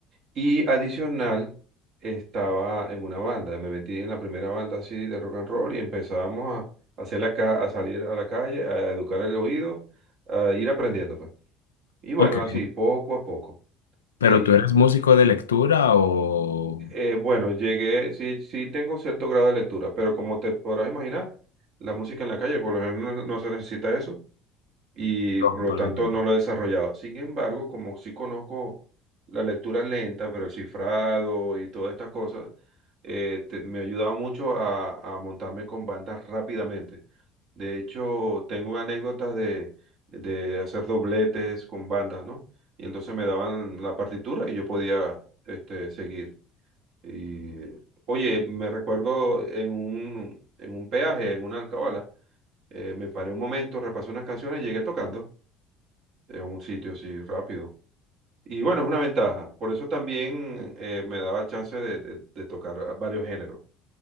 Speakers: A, on the right; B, on the left.
A: y adicional estaba en una banda, me metí en la primera banda así de rock and roll y empezábamos a, hacer la ca- a salir a la calle, a educar el oído, a ir aprendiendo. pues. Y bueno,
B: Ok,
A: así, poco a poco.
B: ¿pero
A: Y
B: tú eres músico de lectura o...?
A: eh, bueno, llegué, sí, sí tengo cierto grado de lectura, pero como te podrás imaginar, la música en la calle, por lo general no, no se necesita eso. y
B: No,
A: por lo
B: para
A: tanto
B: nada.
A: no lo he desarrollado. Sin embargo, como sí conozco la lectura lenta, pero el cifrado y todas estas cosas, eh, te- me ha ayudado mucho a, a montarme con bandas rápidamente. De hecho, tengo anécdotas de, de hacer dobletes con bandas, ¿no? Y entonces me daban la partitura y yo podía este, seguir. Y, oye, me recuerdo en un, en un peaje, en una alcabala, eh, me paré un momento, repasé unas canciones y llegué tocando en un sitio así rápido. Y bueno, es una ventaja. Por eso también eh, me daba chance de, de- de tocar varios géneros,